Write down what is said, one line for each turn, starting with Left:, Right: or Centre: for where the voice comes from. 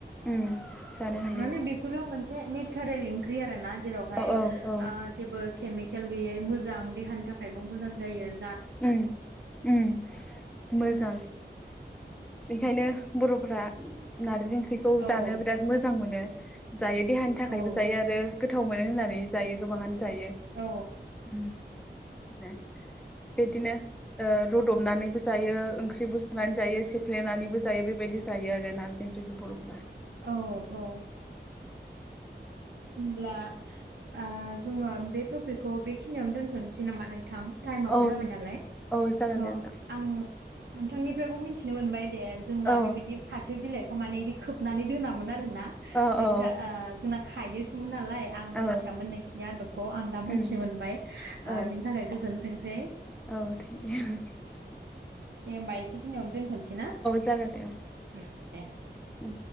Centre: उम जानो हायो
Right: माने बेफोरो मोस हे नेचारेल ओंख्रि आरो ना जेरावहाय
Centre: औ औ औ
Right: आ जेबो केमिकेल गैयै मोजां ओं देहानि थाखायबो मोजां जायो ।
Centre: उ उ मोजां । बेखायनो बर'फ्रा नारजि ओंख्रिखौ
Right: औ
Centre: जानो बिराद मोजां मोनो । जायो देहानि थाखायबो
Right: औ
Centre: जायो आरो गोथाव मोनो होननानै जायो गोबाङानो जायो
Right: औ
Centre: । दे बेदिनो ओ रुदबनानैबो जायो ओंख्रि बुसंनानै जायो सेफ्लेनानैबो जायो बेबायदि जाय थायो आरो नारजि ओंख्रिखौ बर'फ्रा
Right: औ औ । होमब्ला आं जोङो बे टपिकखौ बेखिनियावनो दोनथ'नोसै नामा नों थां टाइमाबबो
Centre: औ
Right: जाबाय नालाय
Centre: औ जागोन
Right: स'
Centre: दे नोंथां
Right: आं नोंथांनिफ्रायबो मिथिनो मोनबाय दे जोंना
Centre: औ
Right: बेबायदि फाथो बिलाइखौ माने बिदि खोबनानै दोनामोन आरोन ना
Centre: औ
Right: नोंथा
Centre: औ
Right: ओ जोंना खायो सिन मु नालाय आं
Centre: औ
Right: मोनथियामोन नोंसिनि आदबखौ आं दा मोनथिनो
Centre: उम
Right: मोनबाय
Centre: औ
Right: बिनि थाखाय गोजोन थोंसै
Centre: औ थेंक य
Right: दे होमबा एसेखिनियावनो दोनथ'नोसै ना
Centre: जागोन दे औ
Right: उम दे ।
Centre: उम